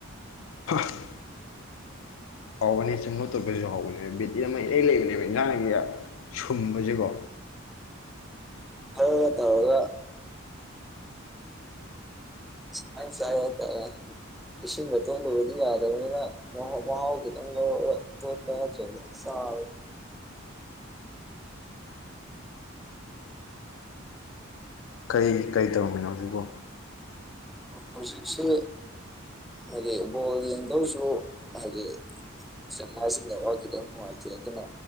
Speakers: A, on the left (about 70°); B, in the centre.
A: <unintelligible> ꯍꯥꯎꯕꯅꯦ ꯆꯨꯨꯝꯃꯒ ꯇꯣꯠꯄꯁꯤꯁꯨ ꯍꯥꯎꯕꯅꯦꯕ ꯕꯣꯠ ꯑꯃ ꯏꯔꯩ ꯂꯩꯕꯅꯦꯕ ꯏꯟꯖꯥꯡꯒꯤ ꯁꯨꯝꯕꯁꯤꯀꯣ꫰꫰
B: ꯑꯗꯨꯒ ꯇꯧꯔꯒ꯫ <unintelligible> ꯏꯁꯤꯡꯗ ꯇꯣꯂꯨꯕꯗꯤ ꯌꯥꯗꯕꯅꯤꯅ ꯃꯍꯥꯎ ꯈꯤꯇꯪ ꯂꯧꯔ ꯇꯣꯠꯄ ꯅꯠꯇꯔꯗꯤ꯫ ꯁꯥꯕ
A: ꯀꯩ ꯀꯔꯤ ꯇꯧꯔꯝꯃꯤꯅꯣ ꯍꯧꯖꯤꯛꯄꯣ꯫
B: ꯍꯧꯖꯤꯛꯁꯦ ꯍꯥꯏꯗꯤ ꯕꯣꯜ ꯌꯦꯡꯗꯧꯁꯨ ꯍꯥꯏꯗꯤ ꯖꯒꯁꯤ ꯅꯦꯠꯋꯥꯛ ꯈꯤꯇꯪ ꯅꯨꯡꯉꯥꯏꯇꯦ ꯑꯗꯨꯅ